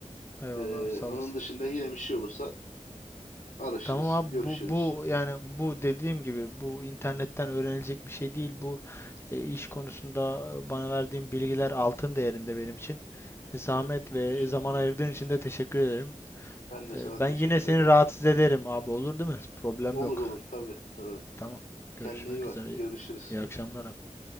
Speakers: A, on the left; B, on the left.
A: Eyvallah
B: Eee,
A: abi, sağ
B: onun
A: olasın.
B: dışında yine bir şey olursa araşırız,
A: Tamam abi
B: görüşürüz.
A: bu bu yani bu dediğim gibi bu internetten öğrenilecek bir şey değil. Bu e, iş konusunda e, bana verdiğin bilgiler altın değerinde benim için. E, Zahmet
B: Evet,
A: ve
B: teşekkür
A: zaman
B: ederim.
A: ayırdığın için de teşekkür ederim.
B: Ben de
A: E,
B: sana
A: ben
B: teşekkür
A: yine seni
B: ederim.
A: rahatsız ederim abi olur değil mi? Problem
B: Olur
A: yok.
B: olur tabii tabii.
A: Tamam.
B: Kendine
A: Görüşmek
B: iyi bak.
A: üzere. İyi,
B: Görüşürüz.
A: iyi akşamlar abi.